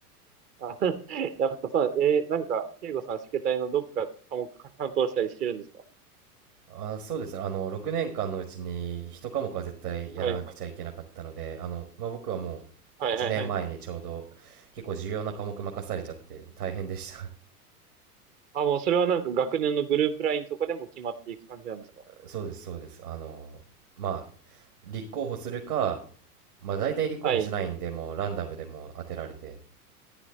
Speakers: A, on the right; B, on the right.
A: あ、<laughs> やっぱさ、えー、なんか、慶吾さん、試験体のどっか科目担当したりしてるんですか
B: あ、そうですね。あの、6年間のうちに1科目は絶対やらなくちゃいけなかったので、
A: はい。
B: あの、まあ、僕はもう1年前にちょうど結構重要な科目任されちゃって大変でした。
A: はいはいはい。あ、もうそれはなんか学年のグループラインとかでも決まっていく感じなんですか
B: <laughs> そうです、そうです。あの、まあ、立候補するか、まあ、大体立候補しないんで、
A: はい。
B: もうランダムでもう当てられて、